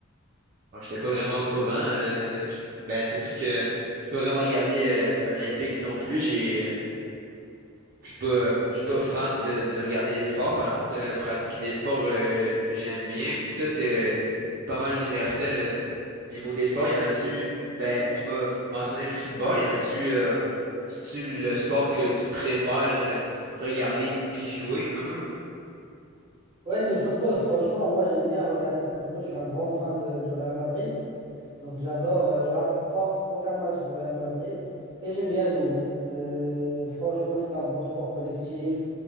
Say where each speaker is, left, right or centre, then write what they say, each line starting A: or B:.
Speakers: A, on the right (about 45°); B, on the right (about 25°).
A: Bon, j'étais pas vraiment au courant. euh, j- ben c'est sûr que je peux vraiment regarder euh, Olympique non plus. J'ai Je suis pas, je suis pas fan de, de regarder des sports. Par contre, euh, pratiquer des sports, euh, j'aime bien. Puis toi, t'es pas mal universel euh, niveau des sports. Il Y en a-tu, ben, tu m'as f- mentionné le football. Il Y en a-tu, euh, c'est-tu le sport que tu préfères euh, regarder puis jouer un peu?
B: Ouais, c'est le football. Franchement, moi, j'aime bien regarder le football. Je suis un grand fan de, du Real Madrid. Donc, j'adore. euh, Je rate pas aucun match de Real Madrid. Et j'aime bien jouer. Euh, franchement, c'est un bon sport collectif.